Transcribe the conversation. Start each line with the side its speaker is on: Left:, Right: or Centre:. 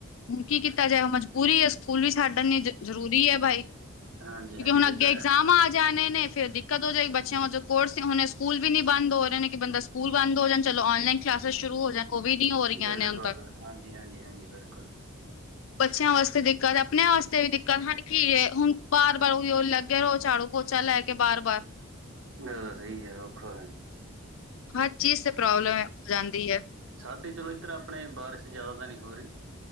Left: ਹੁਣ ਕੀ ਕੀਤਾ ਜਾਏ, ਉਹ ਮਜਬੂਰੀ ਐ ਸਕੂਲ ਵੀ ਛੱਡ ਆਨੀ ਆ, ਜਰੂਰੀ ਹੈ ਬਾਈ,
Right: ਹਾਂਜੀ
Left: ਕਿਉਂਕਿ
Right: ਹਾਂਜੀ
Left: ਹੁਣ ਅੱਗੇ
Right: ਇਹ ਤਾਂ
Left: ਇਗਜ਼ਾਮ
Right: ਹੈ
Left: ਆ ਜਾਣੇ ਨੇ ਫਿਰ ਦਿੱਕਤ ਹੋ ਜਾਏਗੀ ਬੱਚਿਆਂ ਜੋ ਕੋਰਸ ਹੋਨੇ ਸਕੂਲ ਵੀ ਨੀ ਬੰਦ ਹੋ ਰਹੇ ਨੇ, ਬੰਦਾ ਸਕੂਲ ਬੰਦ ਹੋ ਜਾਣ, ਚਲੋ ਔਨਲਾਈਨ ਕਲਾਸਿਸ ਸ਼ੁਰੂ ਹੋ ਜਾਣ। ਉਹ ਵੀ ਨੀ ਹੋ ਰਹੀਆਂ
Right: ਬਿਲਕੁਲ,
Left: ਨੇ ਹੁਣ ਤੱਕ
Right: ਹਾਂਜੀ -ਹਾਂਜੀ, ਹਾਂਜੀ ਬਿਲਕੁਲ।
Left: ਬੱਚਿਆਂ ਵਾਸਤੇ ਦਿੱਕਤ, ਆਪਣਿਆਂ ਵਾਸਤੇ ਵੀ ਦਿੱਕਤ, ਹੁਣ ਕੀ ਏ, ਹੁਣ ਬਾਰ- ਬਾਰ, ਉਹੀਓ ਲੈ ਫੇਰੋ, ਝਾੜੂ- ਪੋਚਾ, ਲੈ ਕੇ ਬਾਰ- ਬਾਰ।
Right: ਇਹ ਤਾਂ ਸਹੀ ਹੈ, ਔਖਾ ਹੈ।
Left: ਹਰ ਚੀਜ਼, ਤੇ ਪ੍ਰੋਬਲਮ ਹੈ, ਹੋ ਜਾਂਦੀ ਹੈ।
Right: ਸਾਡੇ, ਚਲੋ ਇੱਧਰ ਆਪਣੇ ਬਾਰਿਸ਼ ਜਿਆਦਾ ਤਾਂ ਨਹੀਂ ਹੋ ਰਹੀ,